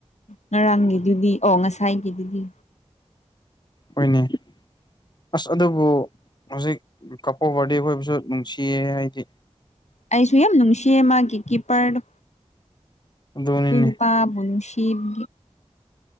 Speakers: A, on the left; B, on the left.
A: ꯉꯔꯥꯡꯒꯤꯗꯨꯗꯤ ꯑꯣ ꯉꯁꯥꯏꯒꯤꯗꯨꯗꯤ
B: ꯍꯣꯏꯅꯦ ꯑꯁ ꯑꯗꯨꯕꯨ ꯍꯧꯖꯤꯛ ꯀꯄꯣ ꯕꯥꯔꯗꯦ ꯈꯣꯏꯕꯨꯁꯨ ꯅꯨꯡꯁꯤꯌꯦ ꯍꯥꯏꯗꯤ
A: ꯑꯩꯁꯨ ꯌꯥꯝ ꯅꯨꯡꯁꯤꯌꯦ ꯃꯥꯒꯤ ꯀꯤꯞꯄꯔꯗꯣ
B: ꯑꯗꯨꯅꯤꯅꯦ
A: ꯇꯨꯅꯨꯄꯥꯕꯨꯅꯨꯡꯁꯤꯕ